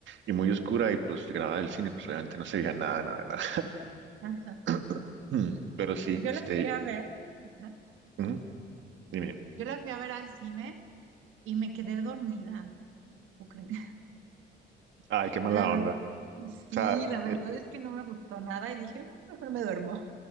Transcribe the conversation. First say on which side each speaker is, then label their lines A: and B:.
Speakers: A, on the right (about 70°); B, on the right (about 85°).
A: y muy oscura y pues grabada del cine pues obviamente no se veía nada, nada, nada.
B: Ajá.
A: <laughs> Mm, Pero sí,
B: Yo
A: este,
B: la fui a ver, ajá,
A: ujú, dime, dime.
B: yo la fui a ver al cine y me quedé dormida. ¿tú crees? <laughs>
A: Ay, qué mala
B: La verdad,
A: onda. O
B: sí,
A: sea,
B: la verdad
A: el,
B: es que no me gustó nada y dije, "Ah, mejor me duermo.